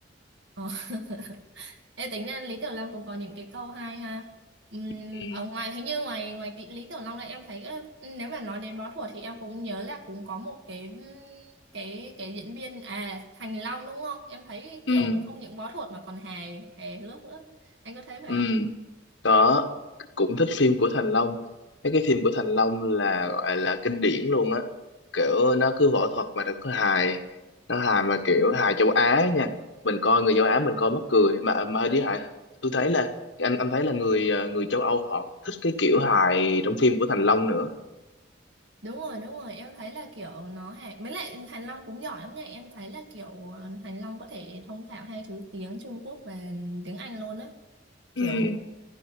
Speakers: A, on the right; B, on the left.
A: ờ. <laughs> Ê, tính ra Lý Tiểu Long cũng có những cái câu hay ha. Ừm,
B: ừ,
A: ở ngoài hình như ngoài ngoài tí, Lý Tiểu Long là em thấy ơ, nếu mà nói đến võ thuật thì em cũng nhớ là cũng có một cái ừm, cái cái diễn viên à Thành Long đúng không? Em thấy
B: ừ,
A: kiểu không những võ thuật mà còn hài hài hước nữa. Anh có thấy vậy
B: ừ.
A: không?
B: có cũng thích phim của Thành Long mấy cái phim của Thành Long là gọi là kinh điển luôn á kiểu nó cứ võ thuật mà nó cứ hài nó hài mà kiểu hài châu Á nha mình coi người châu Á mình coi mắc cười mà mà đi hài tôi thấy là anh anh thấy là người ờ, người châu Âu họ cũng thích cái kiểu hài trong phim của Thành Long nữa
A: Đúng rồi, đúng rồi, em thấy là kiểu nó hài. Với lại Thành Long cũng giỏi lắm nha. Em thấy là kiểu ờ, Thành Long có thể thông thạo hai thứ tiếng Trung Quốc và tiếng Anh luôn á. kiểu
B: ừ